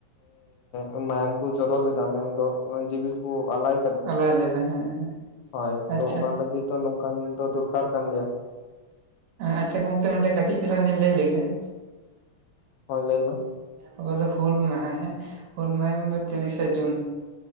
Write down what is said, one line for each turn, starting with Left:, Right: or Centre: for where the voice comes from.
Left: ᱮᱸᱻ ᱢᱟᱭᱟᱝ ᱠᱚ ᱡᱚᱨᱚ ᱞᱮᱫᱟ ᱢᱮᱱᱫᱚ ᱡᱤᱣᱤ ᱠᱚ ᱟᱞᱟᱭ
Right: ᱟᱞᱟᱭ ᱞᱮᱫᱟ ᱦᱮᱸ ᱦᱮᱸ
Left: ᱦᱳᱭ ᱛᱚ
Right: ᱟᱪᱪᱷᱟ
Left: ᱚᱱᱟ ᱞᱟᱹᱜᱤᱫ ᱫᱚ ᱱᱚᱝᱠᱟᱱ ᱫᱚ ᱫᱚᱨᱠᱟᱨ ᱠᱟᱱ ᱜᱮᱭᱟ
Right: ᱟᱪᱪᱷᱟ ᱜᱚᱢᱠᱮ ᱱᱚᱰᱮ ᱠᱟᱹᱴᱤᱡ ᱪᱟᱞᱟᱝ ᱞᱤᱧ ᱞᱟᱹᱭ ᱞᱮᱜᱮ ᱦᱮᱸ
Left: ᱦᱳᱭ ᱞᱟᱹᱭ ᱢᱮ
Right: ᱟᱵᱚ ᱫᱚ ᱦᱩᱞ ᱢᱟᱦᱟ ᱦᱮᱸ ᱦᱩᱞ ᱢᱟᱦᱟ ᱢᱮᱱᱫᱚ ᱛᱤᱨᱤᱥᱟ ᱡᱩᱱ